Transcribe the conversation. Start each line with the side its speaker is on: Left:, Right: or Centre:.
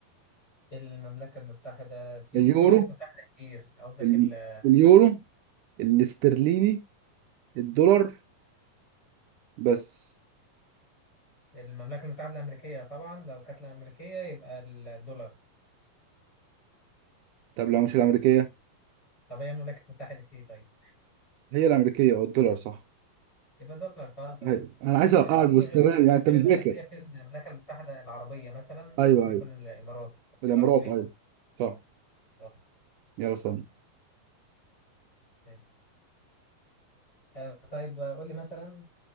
Left: المملكة المتحدة في
Right: اليورو
Left: ممالك متحدة كتير قصدك
Right: ال...
Left: ال-
Right: اليورو الاسترليني الدولار بس
Left: المملكة المتحدة الأمريكية طبعا لو كانت الأمريكية يبقى الدولار
Right: طب لو مش الامريكيه
Left: طب هي مملكة متحدة إيه طيب
Right: هي الامريكيه او الدولار صح
Left: يبقى دولار خلاص تمام
Right: ايوه انا عايز اقعد
Left: آه، في
Right: وسط
Left: غير
Right: يعني
Left: ال-
Right: انت
Left: غير
Right: مذاكر
Left: الأمريكية في المملكة المتحدة العربية مثلا
Right: ايوه
Left: ممكن
Right: ايوه
Left: يكون الإمارات
Right: الامارات
Left: الإمارات الكويتي
Right: ايوه صح
Left: اه
Right: يلا استنى
Left: تمام. آه، طيب آه، قول لي مثلا